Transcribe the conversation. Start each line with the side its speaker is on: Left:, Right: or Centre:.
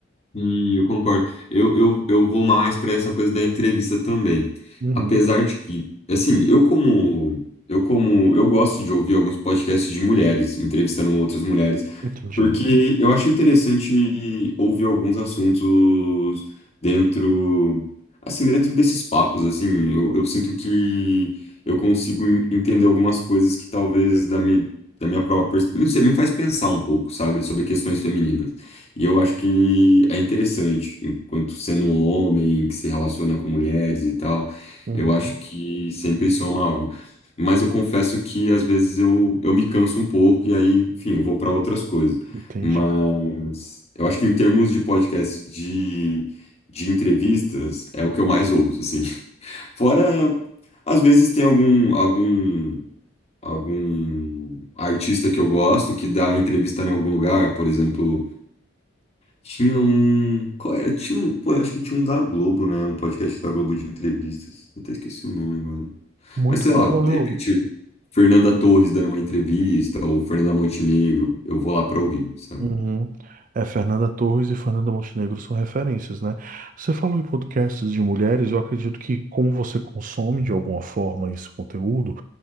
Left: Sim, eu concordo. Eu, eu, eu vou mais para essa coisa da entrevista também.
Right: Uhum,
Left: Apesar de que, assim, eu como eu como eu gosto de ouvir alguns podcasts de mulheres entrevistando outras mulheres,
Right: entendi.
Left: porque eu acho interessante ouvir alguns assuntos dentro assim, dentro desses papos, assim, eu, eu sinto que eu consigo en- entender algumas coisas que talvez da minha da minha própria, pers- não sei, me faz pensar um pouco, sabe, sobre questões femininas. E eu acho que é interessante, enquanto sendo um homem que se relaciona com mulheres e tal,
Right: Uhum,
Left: eu acho que sempre soma algo. Mas eu confesso que às vezes eu, eu me canso um pouco e aí, enfim, eu vou para outras coisas.
Right: entendi.
Left: Mas eu acho que em termos de podcast, de, de entrevistas, é o que eu mais ouço, assim. <laughs> Fora, às vezes tem algum, algum, algum artista que eu gosto que dá entrevista em algum lugar, por exemplo. Tinha um. Qual era? Tinha um. Pô, eu acho que tinha um da Globo, né? Um podcast da Globo de entrevistas. Eu até esqueci o nome agora.
Right: Muito
Left: Mas sei
Right: provável.
Left: lá, de repente, Fernanda Torres dando uma entrevista, ou Fernanda Montenegro, eu vou lá pra ouvir, sabe?
Right: Uhum. É, Fernanda Torres e Fernanda Montenegro são referências, né? Você falou em podcasts de mulheres, eu acredito que como você consome de alguma forma esse conteúdo,